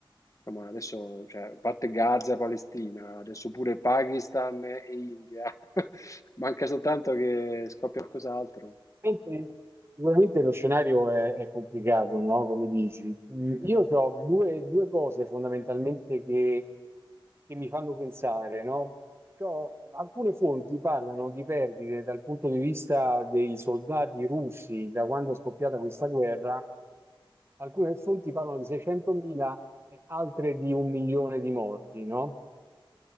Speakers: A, on the left; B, on the right.
A: Insomma, adesso, cioè, a parte Gaza, e Palestina, adesso pure Pakistan e India, <laughs> manca soltanto che scoppia qualcos'altro.
B: Mentre Sicuramente lo scenario è, è complicato, no? Come dici. Mm, Io ho due, due cose fondamentalmente che, che mi fanno pensare, no? C'ho- alcune fonti parlano di perdite dal punto di vista dei soldati russi da quando è scoppiata questa guerra, alcune fonti parlano di 600.000 e altre di un milione di morti, no?